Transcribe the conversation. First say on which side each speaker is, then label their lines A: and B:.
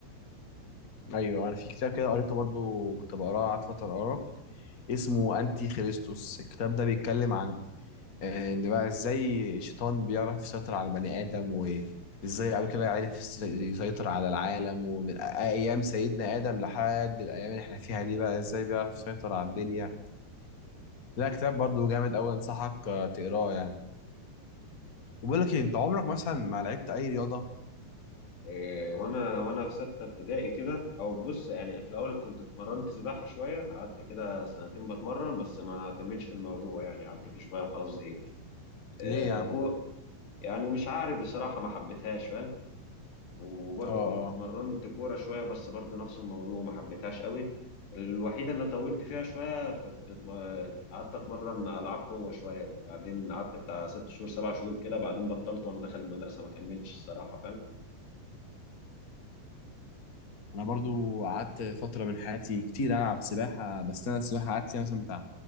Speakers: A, on the left; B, on the left.
A: ايوه انا في كتاب كده قريته برضو كنت بقراه قعدت فتره اقراه اسمه انتي خريستوس الكتاب ده بيتكلم عن آه، ان بقى ازاي الشيطان بيعرف يسيطر على البني ادم وازاي قبل كده عرف يس- يسيطر على العالم ومن ايام سيدنا ادم لحد الايام اللي احنا فيها دي بقى ازاي بيعرف يسيطر على الدنيا لا كتاب برضو جامد قوي انصحك آه، تقراه يعني وبقول لك إيه، انت عمرك مثلا ما لعبت اي رياضه
B: إيه، وانا وانا في سته ابتدائي كده او بص يعني في الاول كنت اتمرنت سباحه شويه قعدت كده سنتين بتمرن بس ما كملتش في الموضوع يعني قعدت فيه شويه خلاص زهقت إيه،
A: ليه يا عم
B: كو يعني مش عارف بصراحه ما حبيتهاش فاهم وبرضه
A: اه
B: كنت اتمرنت كوره شويه بس برضه نفس الموضوع ما حبيتهاش قوي الوحيده اللي طولت فيها شويه كنت اتم- قعدت اتمرن العاب قوه شويه بعدين قعدت بتاع ست شهور سبع شهور كده بعدين بطلت وانا داخل المدرسه ما كملتش الصراحه فاهم
A: انا برضو قعدت فتره من حياتي كتير العب سباحه بس انا السباحه قعدت فيها مثلا بتاع